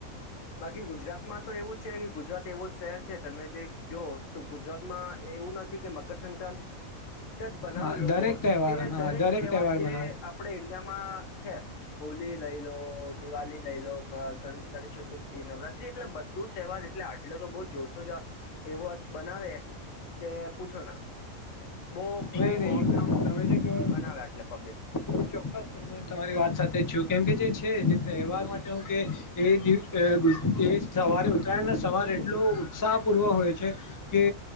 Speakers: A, on the left; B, on the left.
A: બાકી ગુજરાતમાં તો એવું છે કે ગુજરાત એવું શહેર છે તમે જે જો તો ગુજરાત માં એવું નથી કે મકરસંક્રાતિ જ બનાવે
B: હા
A: લોકો
B: દરેક તહેવાર
A: જે
B: હા
A: દરેક તહેવાર
B: મનાવે
A: જે આપડે ઈન્ડિયામાં છે હોલી લઈ લો દિવાળી લઈ લો ગણપતા ની ચતુર્થી નવરાત્રી એટલે બધું તહેવાર એટલે આટલો તો બહ જોશો જ આ એવો બનાવે કે પૂછો ના બહ ખુબ
B: નહીં નહીં
A: મહોત્સવ
B: એકદમ તમે જે કેવો
A: બનાવ્યા એટલે પબ્લિક-
B: હું ચોક્કસ હું તમારી વાત સાથે જ છું. કેમ કે જે છે જે તહેવાર માટે હું કે એ દી અ ગુ એ સવારે ઉતરાયણને સવાર એટલો ઉત્સાહપૂર્વ હોય છે કે